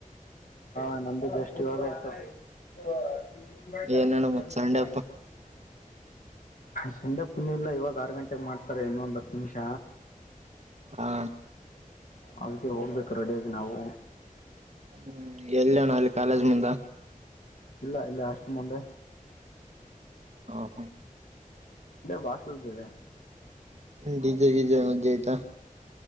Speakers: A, on the left; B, on the right.
A: ಅಣ್ಣ ನಮ್ದು ಜಸ್ಟ್ ಇವಾಗ ಆಯ್ತು ಇದು ಬೆಟ್ಟನ್ಮಂಗ
B: ಏನಣ್ಣ ಮತ್ ಸಂಡೆ ಅಪ್ಪ
A: <unintelligible> ಸೆಂಡಪ್ಪಿನೂ ಇಲ್ಲ ಇವಾಗ ಆರು ಗಂಟೆೆಗೆ ಮಾಡ್ತಾರೆ ಇನ್ನೊ ಒಂದ್ ಹತ್ತು ನಿಮಿಷ
B: ಹಾ
A: ಅದಕ್ಕೆ ಹೋಗ್ಬೇಕು ರೆಡಿಯಾಗಿ ನಾವು
B: ಹ್ಮ್ ಎಲ್ಲಣ ಅಲ್ಲಿ ಕಾಲೇಜ್ ಮುಂದ
A: ಇಲ್ಲ ಇಲ್ಲ ಅಆಷ್ಟಲ ಮೊಂದೆ
B: ಹ ಹಾ
A: ಬಾಟ್ಲದಿದೆ
B: ಡಿಜೆ <unintelligible> ಜಯತಾ